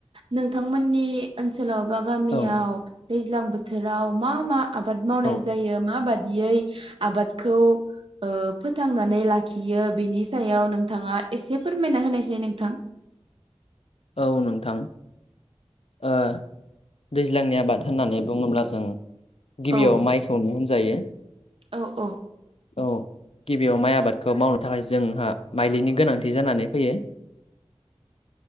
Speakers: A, on the right; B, on the left.
A: नोंथांमोननि ओनसोलाव बा गामियाव
B: औ
A: दैज्लां बोथोराव मा मा आबाद मावनाय
B: औ
A: जायो माबादियै आबादखौ ओ फो फोथांनानै लाखियो बेनि सायाव नोंथाङा एसे फोरमायना होनायसै नोंथां।
B: औ नोंथां। ओ दैज्लांनि आबाद होननानै बुङोब्ला जों गिबियाव
A: औ
B: माइखौनो होनजायो।
A: औ औ
B: औ गिबियाव माइ आबादखौ मावनो थाखाय जोंहा माइलिनि गोनांथि जानानै फैयो।
A: <inaudible>